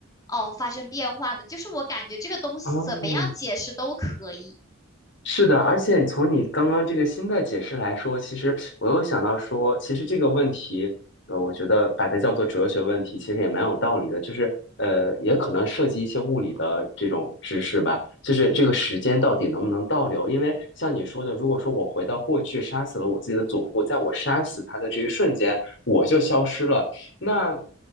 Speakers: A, on the left (about 20°); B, on the left (about 65°).
A: 哦发生变化呢？就是我感觉这个东西怎么样解释都可以。
B: 哦，是的，而且从你刚刚这个新的解释来说，其实我又想到说，其实这个问题，呃，我觉得把它叫做哲学问题，其实也蛮有道理的。就是，呃，也可能涉及一些物理的这种知识吧。就是这个时间到底能不能倒流？
A: 嗯
B: 因为像你说的，如果说我回到过去杀死了我自己的祖父，在我杀死他的这一瞬间，我就消失了。那